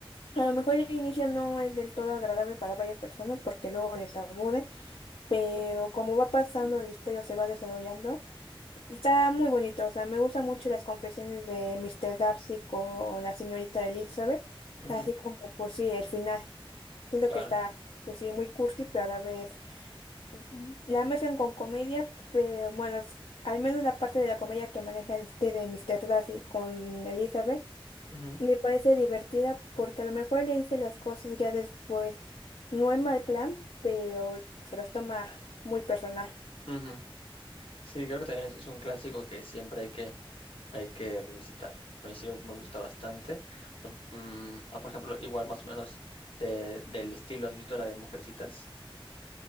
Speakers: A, on the left; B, on the left.
A: a lo mejor el inicio no es del todo agradable para varias personas porque luego les aburre, pero como va pasando la historia o se va desarrollando. Está muy bonito, o sea, me gustan mucho las confesiones de Mr. Darcy con la señorita Elizabeth,
B: Ujú,
A: así como, pues sí, el final. Siento
B: Claro.
A: que está, pues sí, muy cursi, pero a la vez mm, la mezclan con comedia, pero bueno, es- al menos la parte de la comedia que maneja este de Mr. Darcy con Elizabeth
B: Ujú,
A: me parece divertida porque a lo mejor le dice las cosas ya después, no es mal plan, pero pues se las toma muy personal.
B: ujú. Sí, creo que también es, es un clásico que siempre hay que, hay que revisitar. A mí sí me me gusta bastante. O sea, mm, ah, por ejemplo, igual más o menos de- del estilo, ¿has visto la de Mujercitas?